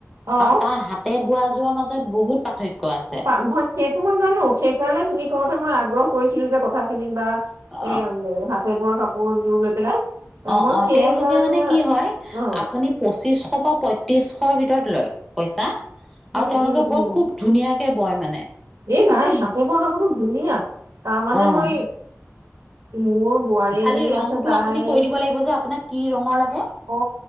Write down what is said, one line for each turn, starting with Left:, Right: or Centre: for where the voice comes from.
Right: অ'
Centre: আৰু তাৰ হাতে বোৱা যোৱা মাজত বহুত পাৰ্থক্য কোৱা আছে।
Right: পা মই সেইটো মই জানো সেইকাৰণে তুমি কওঁতে মই আগ্ৰহ কৰিছিলো যে কথা খিনিক বা।
Centre: অ
Right: এ হাতে বোৱা কাপোৰযোৰ। <unintelligible>
Centre: অ
Right: মই
Centre: অ
Right: সেইকাৰণে
Centre: তেওঁলোকে মানে কি হয়
Right: অ
Centre: আপুনি পঁচিশ পৰা পঁয়ত্ৰিশ। ৰ ভিতৰত লয় পইচা।
Right: উম
Centre: আৰু তেওঁলোকে
Right: উম
Centre: বৰ
Right: উম
Centre: খুব ধুনীয়া। কে বয় মানে।
Right: এই নাই হাতে বোৱা কাপোৰটো ধুনীয়া। তাৰমানে
Centre: অ',
Right: মই মোৰ। <unintelligible>
Centre: খালি
Right: এজনী
Centre: ৰঙটো
Right: আছে তাই
Centre: আপুনি কৈ দিব লাগিব, যে আপোনাক কি ৰঙৰ লাগে।
Right: অ